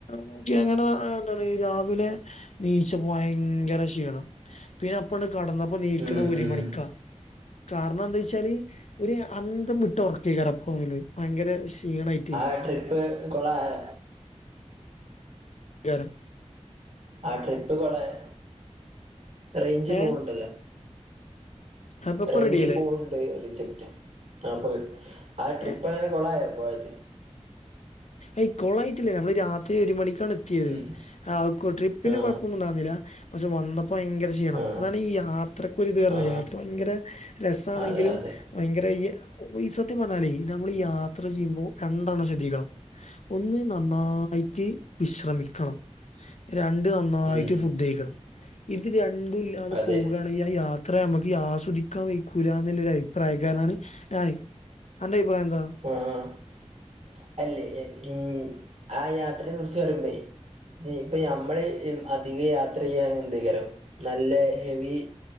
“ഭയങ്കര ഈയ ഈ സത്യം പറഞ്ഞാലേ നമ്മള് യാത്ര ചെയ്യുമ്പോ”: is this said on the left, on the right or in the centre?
Left